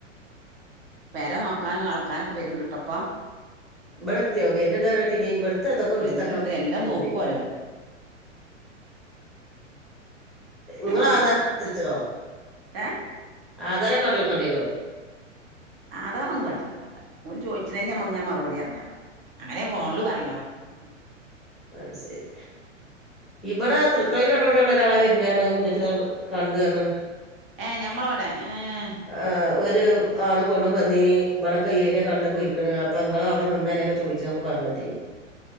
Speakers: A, on the right; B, in the centre.
A: പെരെ നോക്കാനും അളക്കാനും ഒക്കെ വരുന്നുണ്ട് ട്ടെ ഇപ്പം
B: ഇബടെ എത്തിയോ വരുന്നുണ്ട് പറഞ് കേട്ടീനി ഇബ്ടുത്തെ ഇതൊക്കെ
A: വരുന്നുണ്ട്
B: ഇടുത്തെക്കാൻ പറഞ്നീ
A: എല്ലാം
B: കുഞ്ഞുട്ടി
A: നോക്കുവോലോ
B: ഇങ്ങളെ
A: എല്ലാം
B: ആധാരക്കടുത്ത്
A: നോക്കും
B: വെച്ചോണോ
A: ഏഹ്
B: ആധാരം കാട്ടികൊടുക്കേണ്ടി വരോ?
A: ആധാർ ഒന്നും കാട്ടി കൊടുക്കണ്ട ഓല് ചോയിച്ചിനെ നമ്മൾ ഇങ്ങനെ മറുപടി പറഞ്ഞാൽ മതി അങ്ങനെ ഫോണില് പറയണ ഉം
B: അയ് ശരി ഇവിടെ തൃക്കളയൂരടോടെയള്ള ഒരാളെ വരുന്നെയാണ് കുഞ്ഞുട്ടി കണ്ട് പറഞ്
A: ഏഹ് ഞമ്മളെ ഇവിടെ ഏഹ്
B: ആ് ഒരു ആണും പെ ണ്ണും വെ ന്നീനി ഇവിടെക്കെ ഏരിയ കണ്ട് പോയി ക്ക്ണ് അപ്പൊ ഇങ്ങൾ അവിടെ നിന്നല്ലേൊക്കെ ചോദിച്ചു പറഞ് കേട്ടിനി